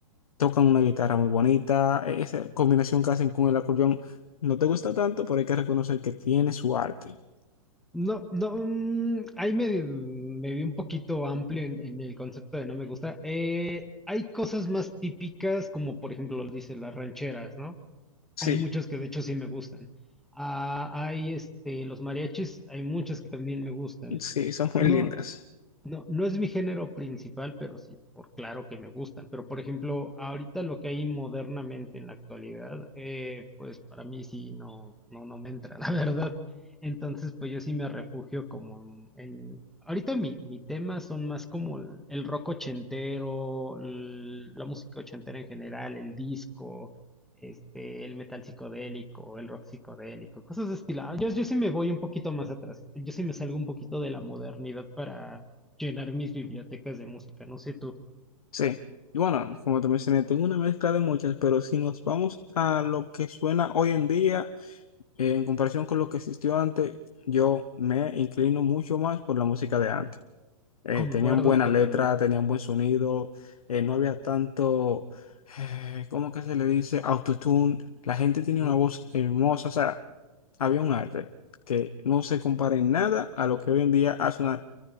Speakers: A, on the left (about 80°); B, in the centre.
A: tocan una guitarra muy bonita. eh, Esa combinación que hacen con el acordeón no te gusta tanto, pero hay que reconocer que tiene su arte.
B: No, no, mm, ahí me, me vi un poquito amplio en, en el concepto de no me gusta. Eh, hay cosas más típicas, como por ejemplo, dice las rancheras, ¿no? Hay
A: Sí,
B: muchas que de hecho sí me gustan. Ah, hay este, los mariachis, hay muchas que también me gustan.
A: sí, son muy
B: No,
A: lindas.
B: no, no es mi género principal, pero sí, por claro que me gustan. Pero por ejemplo, ahorita lo que hay modernamente en la actualidad, eh, pues para mí sí no, no, no me entra, <laughs> la verdad. Entonces, pues yo sí me refugio como en, en- ahorita mi, mi tema son más como el, el rock ochentero, l- la música ochentera en general, el disco, este, el metal psicodélico, el rock psicodélico, cosas de estilo. Ah, Yo, yo sí me voy un poquito más atrás. Yo sí me salgo un poquito de la modernidad para llenar mis bibliotecas de música, no sé tú,
A: Sí. Y bueno, como te mencioné, tengo una mezcla de muchas, pero si nos vamos a lo que suena hoy en día, eh, en comparación con lo que existió antes, yo me inclino mucho más por la música de antes. Eh,
B: concuerdo
A: tenían buena
B: totalmente.
A: letra, tenían buen sonido, eh, no había tanto, eh, ¿cómo que se le dice? Autotune. La gente tenía
B: Ujú.
A: una voz hermosa, o sea, había un arte que no se compara en nada a lo que hoy en día hacen la-